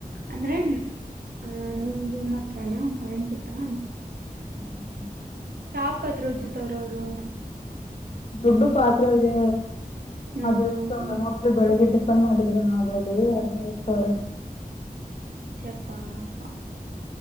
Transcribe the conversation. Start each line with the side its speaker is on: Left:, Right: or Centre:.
Right: ಅಂದ್ರೆ ಅ ನಮ ರೂಮ ಹತ್ರನಾ ಕಾಣಸುತ್ತಾ.
Left: ಹ್ಮ.
Right: ಶಾಪತ್ರ ಉಜ್ಜಿತವ್ರ ಅವ್ರು
Left: ಹ್ಮ. ದೊಡ್ಡು ಪಾತ್ರೆ ಇದೆ
Right: ಹ್ಮ್
Left: ಅದು ಇತವ್ರೆ ಮೋಸ್ಟ್ಲಿ ಬೆಳಿಗ್ಗೆ ಟಿಫನ್ ಮಾಡಿದ. ರು ಅದ್ರಲ್ಲಿ ಅದತ ಅವ್ರ
Right: ಚಪಾಪಾ